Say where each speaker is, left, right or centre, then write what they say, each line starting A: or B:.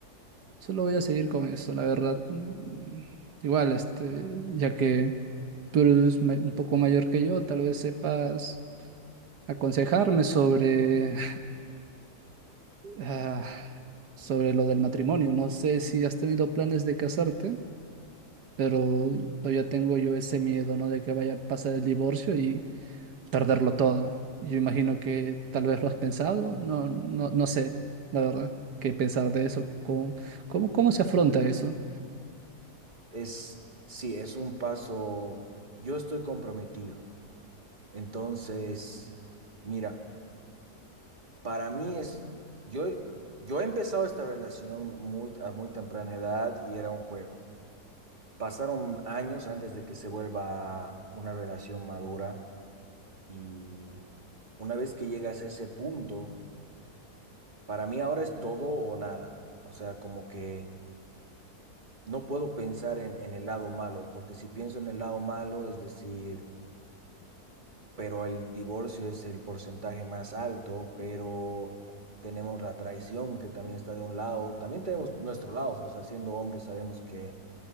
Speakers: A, on the right (about 85°); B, on the right (about 30°).
A: solo voy a seguir con eso, la verdad. Mm, Igual, este, ya que tú eres ma- un poco mayor que yo, tal vez sepas aconsejarme sobre, <laughs> ah, sobre lo del matrimonio. No sé si has tenido planes de casarte, pero todavía tengo yo ese miedo, ¿no? De que vaya a pasar el divorcio y perderlo todo. Yo imagino que tal vez lo has pensado, no, no, no sé, la verdad, qué pensar de eso, cómo, cómo, cómo se afronta eso.
B: Es, sí, es un paso, yo estoy comprometido. Entonces, mira, para mí es, yo, yo he empezado esta relación muy, a muy temprana edad y era un juego. Pasaron años antes de que se vuelva una relación madura y una vez que llegas a ese punto, para mí ahora es todo o nada. O sea, como que no puedo pensar en, en el lado malo, porque si pienso en el lado malo, es decir, pero el divorcio es el porcentaje más alto, pero tenemos la traición que también está de un lado, también tenemos nuestro lado, o sea, siendo hombres sabemos que